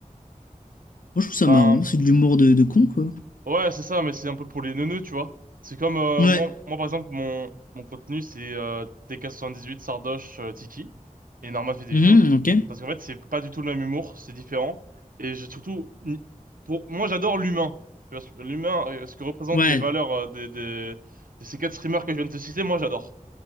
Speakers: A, on the left; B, on the right.
A: Moi, je trouve ça
B: Enfin,
A: marrant, c'est de l'humour de, de con, quoi.
B: Ouais, c'est ça, mais c'est un peu pour les neuneux, tu vois. C'est comme, euh,
A: Ouais.
B: moi, moi, par exemple, mon, mon contenu, c'est euh, TK78, Sardoche, euh, Tiki, et Norman fait des
A: Mhm,
B: vidéos.
A: ok.
B: Parce qu'en fait, c'est pas du tout le même humour, c'est différent. Et j'ai surtout, ni- pour, moi, j'adore l'humain. Tu vois, ce que- l'humain, euh, ce que représentent
A: Ouais.
B: les valeurs euh, des, des, de ces quatre streamers que je viens de te citer, moi, j'adore.